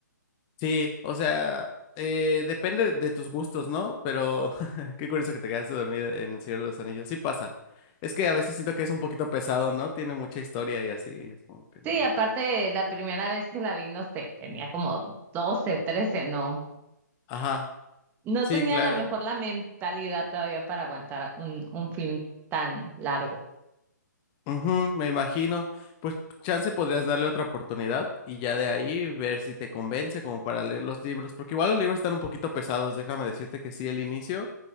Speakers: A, on the left (about 25°); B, on the right (about 20°).
A: Sí, o sea, eh, depende de tus gustos, ¿no? Pero <laughs> qué curioso que te quedaste dormida en El Señor de los Anillos. Sí pasa. Es que a veces siento que es un poquito pesado, ¿no? Tiene mucha historia y así, es como que no.
B: Sí, aparte la primera vez que la vi, no sé, tenía como 12, 13, no,
A: Ajá,
B: no
A: sí,
B: tenía
A: claro.
B: a lo mejor la mentalidad todavía para aguantar un, un film tan largo
A: Ujú, me imagino. Pues chance podrías darle otra oportunidad y ya de ahí ver si te convence como para leer los libros, porque igual los libros están un poquito pesados, déjame decirte que sí, el inicio,